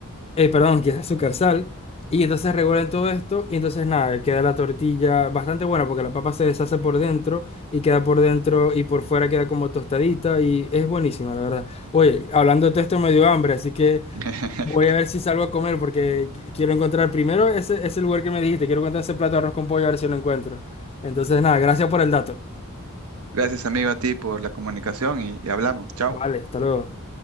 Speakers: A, on the left; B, on the right.
A: eh, perdón, que es azúcar, sal. Y entonces revuelven todo esto y entonces nada, queda la tortilla bastante buena porque la papa se deshace por dentro y queda por dentro y por fuera queda como tostadita y es buenísima, la verdad. Oye, hablando de todo esto me dio hambre, así que
B: <laughs>
A: voy a ver si salgo a comer porque qui- quiero encontrar primero ese, ese lugar que me dijiste, quiero encontrar ese plato de arroz con pollo a ver si lo encuentro. Entonces nada, gracias por el dato.
B: Gracias, amigo, a ti por la comunicación y y hablamos. Chao.
A: Vale, hasta luego.